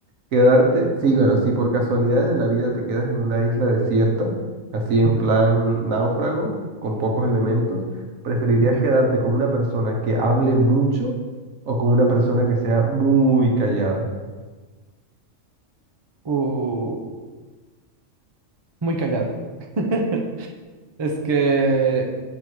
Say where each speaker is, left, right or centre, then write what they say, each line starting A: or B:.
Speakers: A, on the right; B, on the right.
A: Quedarte, sí, bueno, si por casualidades de la vida te quedas en una isla desierta, así en
B: Ujú.
A: plan náufrago, con pocos elementos, ¿preferirías
B: ya.
A: quedarte con una persona que hable mucho o con una persona que sea muy callada?
B: Uh, muy callada. <laughs> Es que,